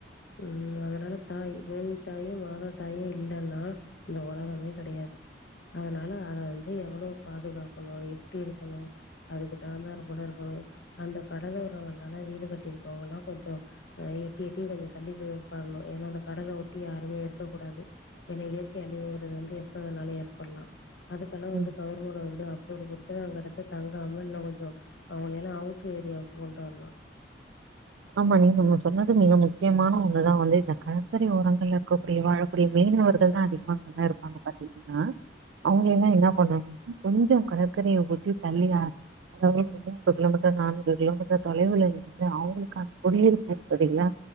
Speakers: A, on the left (about 75°); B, on the right (about 85°).
A: ம் அதனால தாய் பூமி தாயு மாதா தாயு இல்லன்னா இந்த உலகமே கெடையாது அதனால அத வந்து எவ்வளோ பாதுகாக்கனு எப்டி இருக்கணு அதுக்கு தகுந்தார் போல இருக்கணு அந்த கடலோரங்கள்லல்லா வீடு கட்டிருக்கவங்கல்லா கொஞ்சோ எட்டி எட்டி கொஞ்சோ தள்ளி போய் ஒக்காரனு ஏன்னா அந்த கடல ஒட்டி யாருமே இருக்கக்கூடாது ஏன்னா இயற்கை அழிவுங்கிறது வந்து எப்ப வேணாலு ஏற்படலா அதுக்கெல்லா
B: ம்,
A: வந்து கவர்மெண்ட் வந்து தோடு குடுத்தன்னா அந்த எடத்துல தங்காம இன்னோ கொஞ்சோ அவுங்கள எல்லா அவுட்டர் ஏரியாவுக்கு கொண்ட்டு வரலா
B: ஆமா நீங்க மொத சொன்னது மிக முக்கியமான ஒண்ணுதா வந்து இந்த கடற்கரை ஓரங்கள்ல இருக்கக்கூடிய வாழக் கூடிய மீனவர்கள் தா அதிகமா அங்கல்லா இருப்பாங்க பாத்தீங்கன்னா அவுங்கள எல்லா என்ன பண்ணனுன்னா கொஞ்சோ கடற்கரய ஒட்டி தள்ளி ஆ அவுங்ளுக்கு ஒரு மூன்று கிலோமீட்டர் நான்கு கிலோமீட்டர் தொலைவுல இருந்து அவுங்ளுக் கான குடியிருப்பு பகுதிகள